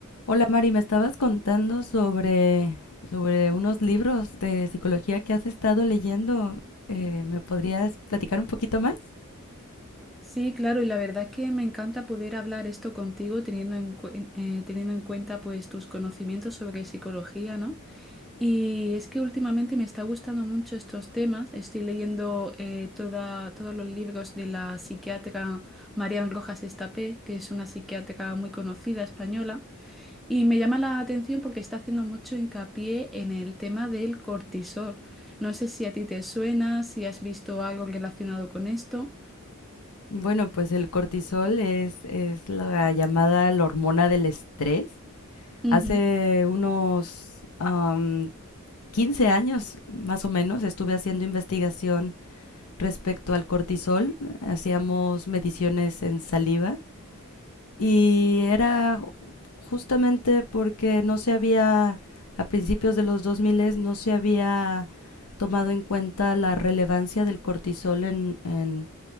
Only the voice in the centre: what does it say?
Sí, claro, y la verdad es que me encanta poder hablar esto contigo teniendo en, cuen- eh, teniendo en cuenta pues tus conocimientos sobre psicología, ¿no? Y es que últimamente me está gustando mucho estos temas. Estoy leyendo eh, toda, todos los libros de la psiquiatra Marian Rojas Estapé, que es una psiquiatra muy conocida española, y me llama la atención porque está haciendo mucho hincapié en el tema del cortisol. No sé si a ti te suena, si has visto algo relacionado con esto.
Ujú,